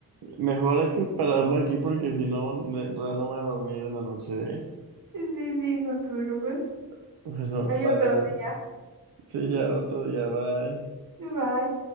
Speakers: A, on the right; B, on the right.
A: mejor hay que pararlo aquí porque si no, ne- real no voy a dormir en la noche, ¿eh?
B: Sí, sí, no te preocupes.
A: <laughs> Bueno,
B: Hay
A: vale.
B: otro día.
A: Sí, ya otro día, bye.
B: Bye.